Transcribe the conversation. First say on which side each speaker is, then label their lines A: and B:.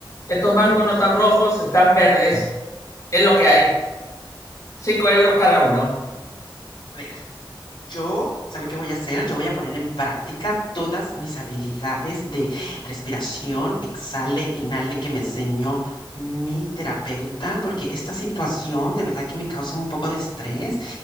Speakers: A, on the left; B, on the left.
A: Estos mangos no están rojos, están verdes. Es lo que hay. Cinco euros cada uno.
B: A ver, Yo, ¿sabe qué voy a hacer? Yo voy a poner en práctica todas mis habilidades de respiración, exhale, inhale que me enseñó mi terapeuta, porque esta situación de verdad que me causa un poco de estrés